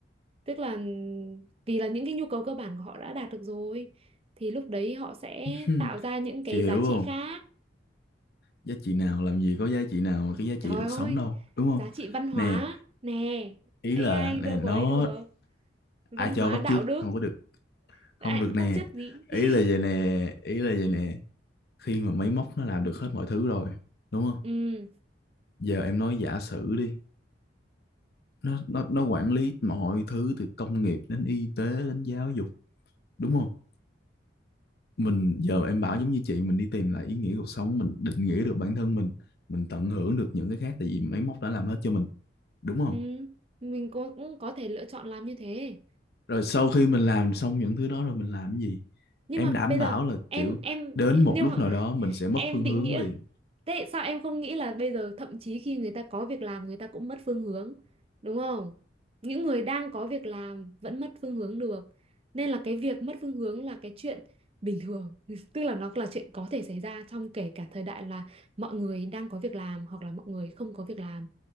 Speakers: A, on the right; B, on the left.
A: Tức là vì là những cái nhu cầu cơ bản của họ đã đạt được rồi thì lúc đấy họ sẽ
B: <laughs>
A: tạo ra những cái
B: chị hiểu
A: giá
B: không
A: trị khác.
B: giá trị nào làm gì có giá trị nào mà cái giá
A: Trời
B: trị được
A: ơi,
B: sống đâu đúng không
A: giá trị văn hóa
B: nè
A: nè,
B: ý
A: AI
B: là
A: đâu
B: nè nó
A: có ấy được. Văn
B: ai
A: hóa
B: cho bắt
A: đạo
B: chước
A: đức,
B: không có được không
A: à,
B: được nè
A: bắt chước gì? <laughs>
B: ý là vậy nè ý là vậy nè khi mà máy móc nó làm được hết mọi thứ rồi đúng không
A: Ừ.
B: giờ em nói giả sử đi nó nó nó quản lý mọi thứ từ công nghiệp đến y tế đến giáo dục đúng không mình giờ em bảo giống như chị mình đi tìm lại ý nghĩa cuộc sống mình định nghĩa được bản thân mình mình tận hưởng được những cái khác tại vì máy móc đã làm hết cho mình đúng không
A: Ừ, mình cũng cũng có thể lựa chọn làm như thế.
B: rồi sau khi mình làm xong những thứ đó rồi mình làm cái gì
A: Nhưng
B: em
A: mà
B: đảm
A: bây
B: bảo
A: giờ
B: là
A: em
B: kiểu
A: em
B: đến một
A: nhưng
B: lúc
A: mà
B: nào
A: <laughs>
B: đó mình sẽ mất
A: em
B: phương
A: định
B: hướng
A: nghĩa
B: liền
A: thế sao em không nghĩ là bây giờ thậm chí khi người ta có việc làm người ta cũng mất phương hướng, đúng không? Những người đang có việc làm vẫn mất phương hướng được. Nên là cái việc mất phương hướng là cái chuyện bình thường, <laughs> tức là nó là chuyện có thể xảy ra trong kể cả thời đại là mọi người đang có việc làm hoặc là mọi người không có việc làm,